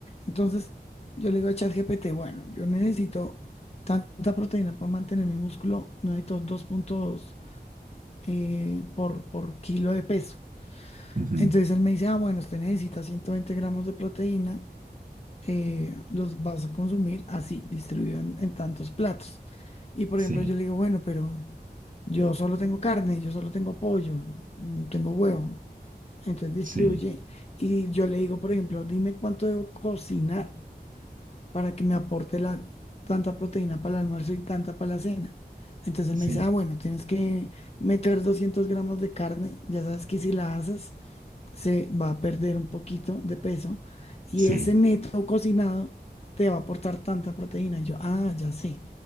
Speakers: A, on the left; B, on the right.
A: Entonces, yo le digo a ChatGPT, bueno, yo necesito tanta proteína para mantener mi músculo, no necesito dos puntos eh, por, por kilo de peso.
B: Ujú.
A: Entonces él me dice, ah, bueno, usted necesita 120 gramos de proteína eh, los vas a consumir así, distribuido en, en tantos platos. Y por
B: Sí,
A: ejemplo, yo le digo, bueno, pero yo solo tengo carne, yo solo tengo pollo, mm, tengo huevo. Entonces distribuye.
B: sí,
A: Y yo le digo, por ejemplo, dime cuánto debo cocinar para que me aporte la, tanta proteína para el almuerzo y tanta para la cena. Entonces
B: sí,
A: él me dice, ah, bueno, tienes que meter 200 gramos de carne, ya sabes que si la asas se va a perder un poquito de peso y
B: sí.
A: ese neto cocinado te va a aportar tanta proteína. Y yo, ah, ya sé.